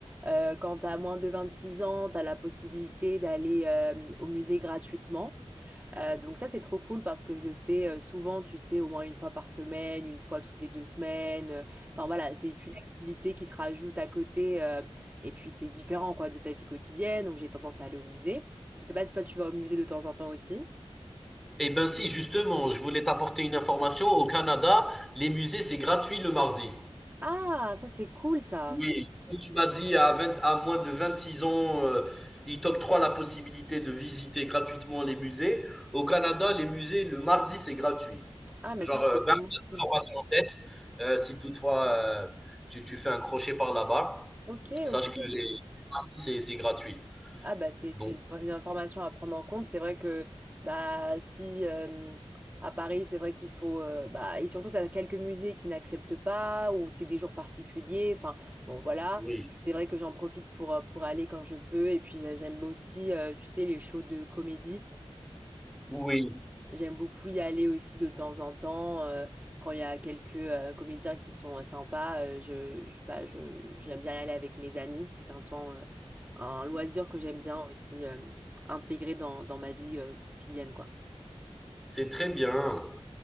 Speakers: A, on the right; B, in the centre.
A: euh, quand t'as moins de 26 ans t'as la possibilité d'aller euh, au musée gratuitement. Euh, donc ça, c'est trop cool parce que je le fais euh, souvent, tu sais, au moins une fois par semaine, une fois toutes les deux semaines. Euh, Enfin voilà, c'est une activité qui se rajoute à côté euh, et puis c'est différent quoi de ta vie quotidienne. Donc j'ai tendance à aller au musée. Je sais pas si toi tu vas au musée de temps en temps aussi.
B: Eh ben si, justement, je voulais t'apporter une information. Au Canada, les musées, c'est gratuit le mardi.
A: Ah, ça c'est cool ça.
B: Oui, Comme Tu m'as dit à, 20 à moins de 26 ans, euh, ils t'octroient la possibilité de visiter gratuitement les musées. Au Canada, les musées, le mardi, c'est gratuit.
A: Ah mais
B: Genre,
A: ça
B: euh,
A: c'est vraiment
B: garde cette
A: cool.
B: information en tête. Euh, si toutefois euh, tu, tu fais un crochet par là-bas,
A: Ok,
B: sache
A: ok.
B: que les mardis, c'est c'est gratuit.
A: Ah bah c'est
B: Donc,
A: c'est vra- une information à prendre en compte. C'est vrai que bah si euh, à Paris c'est vrai qu'il faut euh, bah et surtout tu as quelques musées qui n'acceptent pas ou c'est des jours particuliers. Enfin bon voilà
B: oui,
A: c'est vrai que j'en profite pour euh, pour aller quand je peux et puis euh, j'aime aussi euh, tu sais les shows de comédie.
B: oui,
A: J'aime beaucoup y aller aussi de temps en temps euh, quand il y a quelques euh, comédiens qui sont euh, sympas. euh, je, je- bah, je- j'aime bien y aller avec mes amis. C'est un temps, euh, un loisir que j'aime bien aussi euh, intégrer dans, dans ma vie euh, quotidienne, quoi.
B: c'est très bien.